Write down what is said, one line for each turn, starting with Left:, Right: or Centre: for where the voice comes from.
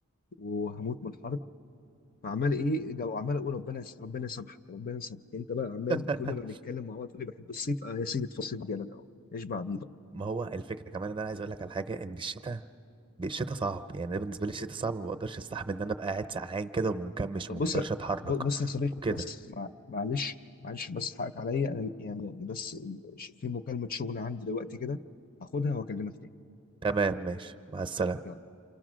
Left: وهموت من الحر فعمال ايه جو عمال اقول ربنا يس- ربنا يسامحك ربنا يسامحك انت بقى عمال
Right: <laughs>
Left: كل ما نتكلم مع بعض تقول لي بحب الصيف اه يا سيدي في الصيف جالك اهو اشبع بيه بقى
Right: ما هو الفكره كمان ان انا عايز اقول لك على حاجه ان الشتاء الشتاء صعب يعني انا بالنسبه لي الشتاء صعب ما بقدرش استحمل ان انا ابقى قاعد سقعان كده ومنكمش
Left: طب
Right: وما
Left: بص
Right: بقدرش اتحرك
Left: بص يا صديقي
Right: وكده
Left: بس مع- معلش معلش بس حقك عليا انا يعني بس ال- في مكالمة شغل عندي دلوقتي كده هاخدها واكلمك تاني
Right: تمام ماشي مع السلامه
Left: يلا